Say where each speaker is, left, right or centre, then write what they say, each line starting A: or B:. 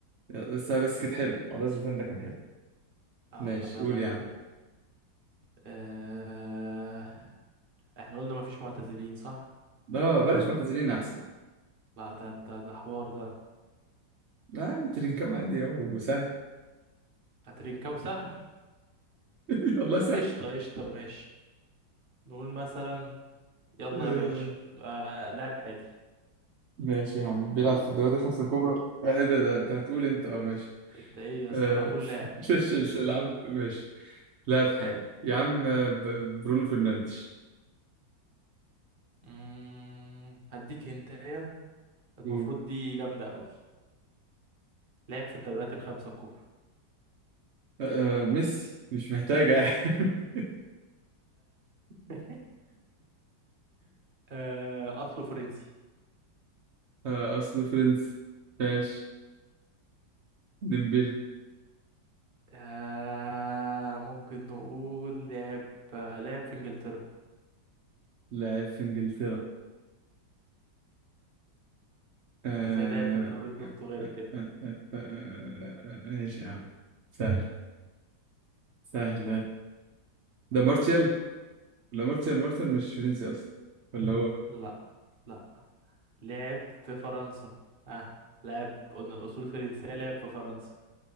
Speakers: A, on the right; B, on the right.
A: بس بس كانت حلو والله زلاتان ده كان حلو
B: اه
A: ماشي
B: طب يلا
A: قول
B: بينا
A: يا عم
B: آه احنا قلنا مفيش معتزلين صح
A: اه بلاش معتذرين احسن
B: لا ده انت ده حوار ده
A: لا يا عم ترينكاو عادي اهو سهل
B: هترينكاو سهل
A: <laughs> والله سهل
B: آه، قشطه قشطه ماشي نقول مثلا يلا
A: آه،
B: يا باشا آه لاعب حالي
A: ماشي يا عم بيلعب في الدوريات الخمسة الكبرى آه، ايه ده ده انت هتقول انت اه ماشي
B: انت ايه يا
A: آه،
B: اسطى لا قول لاعب
A: <laughs> شاش الالعاب ماشي لا في حالي يا عم آه، ب- برونو فرنانديز
B: مم... هديك هنتاية المفروض
A: قول.
B: دي جامدة أوي لعب في الدوريات الخمسة الكبرى
A: آه، آه، ميسي مش محتاجة <laughs>
B: <laughs> آه، أصله فرنسي
A: آه، اصله فرنسي ماشي ديمبلي
B: آه، ممكن نقول لعب آه، لعب في إنجلترا
A: لاعب في انجلترا آه،
B: زي لعب في الدوري البرتغالي
A: آه، آه،
B: كده
A: آه، آه، آه، آه، ماشي يا عم سهل سهلة ده مارتيال ولا مارتيال مارتيال مش فرنسي أصلا ولا هو
B: لا لا لعب في فرنسا آه. لعب قلنا أصول فرنسية لعب في فرنسا